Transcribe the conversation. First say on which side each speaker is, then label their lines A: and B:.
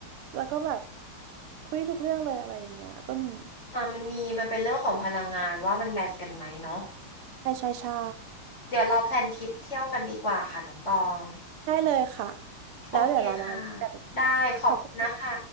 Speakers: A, on the right (about 85°); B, on the left (about 30°).
A: แล้วก็แบบคุยทุกเรื่องเลยอะไรอย่างเงี้ยก็มี
B: อ่ามันมีมันเป็นเรื่องของพลังงานว่ามันแมทช์กันไหมเนาะ
A: ใช่ใช่ใช่
B: เดี๋ยวเราแพลนทริปเที่ยวกันดีกว่าค่ะน้องตอง
A: ได้เลยค่ะ
B: โอเคค่ะ
A: แล้วเดี๋ยวเรามาว่ากัน
B: ได้ขอบคุณนะคะ
A: ขอบคุณ